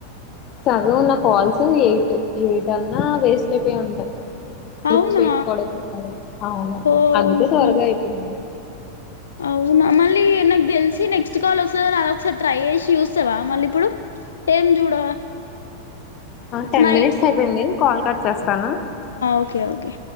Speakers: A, on the left (about 35°); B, on the left (about 70°).
A: సదు నా కాల్స్ ఎయిట్ ఎయిట్ అన్నా వేస్ట్ అయిపోయి ఉంటయి లిప్
B: అవునా
A: చేయకపోవడం మేలు అవును
B: ఓహో
A: అందుకే త్వరగా అయిపోంది
B: అవునా మల్ న నాగ్ తెల్సి నెక్స్ట్ తెచ్చుకోవాలి ఒకసారి అది ఒకసారి ట్రై చేసి చూస్తావా మళ్ళీ ఇప్పుడు ఏం జూడ
A: టెన్
B: నయిట్
A: మినిట్స్ అయిపోయింది కాల్ కట్ చేస్తాను
B: ఓకే ఓకే